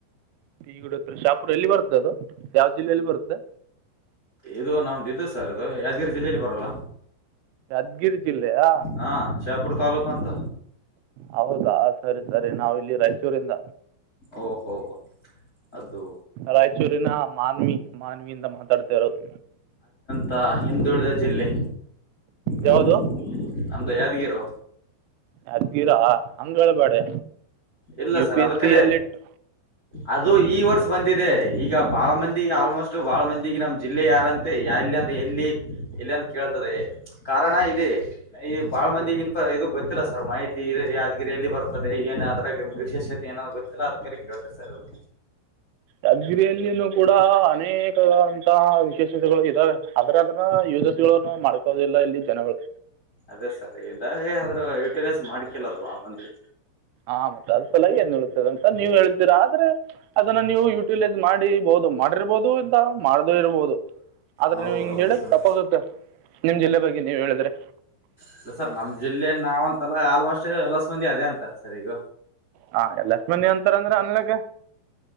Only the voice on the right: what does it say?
<inaudible> ಎಲ್ಲಿ ಬರ್ತದೆ ಅದು ಯಾವ ಜಿಲ್ಲೆಯಲ್ಲಿ ಬರುತ್ತೆ
ಯಾದಗಿರಿ ಜಿಲ್ಲೆಯಾ
ಹೌದಾ ಸರಿ ಸರಿ ನಾವಿಲ್ಲಿ ರಾಯಚೂರಿಂದ
ರಾಯಚೂರಿನ ಮಾನ್ವಿ ಮಾನ್ವಿಯಿಂದ ಮಾತಾಡ್ತಾ ಇರೋದು
ಯಾವುದು
ಯಾದಗಿರಾ ಅಂಗೆಳ್ಬೇಡಿ
ಯುಪಿಸಿಎಲ್
ಇಟ್
ಯಾದಗಿರಿಯಲ್ಲಿನೂ ಕೂಡ ಅನೇಕವಾದಂತಹ ವಿಶೇಷತೆಗಳು ಇದಾವೆ. ಅದರ ಅದರ ಯೂಸಸ್ಗಳನ್ನು ಮಾಡ್ಕೋತಾ ಇಲ್ಲ ಇಲ್ಲಿ ಜನಗಳು
ಆ ಮತ್ತೆ ಅದ್ಸಲಾಗಿ ಹಂಗೆ ಉಳಿಯುತ್ತದೆ ಅಂತ ನೀವು ಹೇಳ್ತೀರಾ. ಆದರೆ ಅದನ್ನ ನೀವು ಯುಟಿಲೈಸ್ ಮಾಡಿ ಬಹುದು ಮಾಡಿರಬಹುದು ಇಲ್ಲ ಮಾಡದೇ ಇರಬಹುದು. ಆದರೆ
ನೀವು ಹಿಂಗೆ ಹೇಳೋದು
ತಪ್ಪಾಗುತ್ತೆ, ನಿಮ್ ಜಿಲ್ಲೆ ಬಗ್ಗೆ ನೀವೇ ಹೇಳಿದ್ರೆ
ಹಾ ಎಲ್ಲಾ ಮಂದಿ ಅಂತಾರೆ ಅಂದ್ರೆ ಅನ್ಲಿಗ